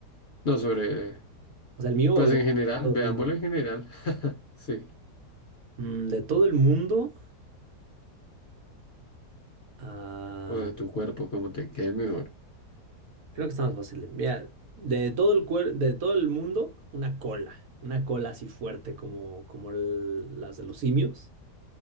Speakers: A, on the left; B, on the right.
A: No, sobre,
B: O sea, el mío
A: pues
B: o de
A: en general,
B: todo
A: veámoslo
B: el mundo.
A: en general. <laughs> Sí,
B: Mm, De todo el mundo, ah,
A: o de tu cuerpo, como te quede mejor. <laughs>
B: creo que está más fácil. de- Mira, de todo el cuer- de todo el mundo, una cola, una cola así fuerte como, como el- las de los simios.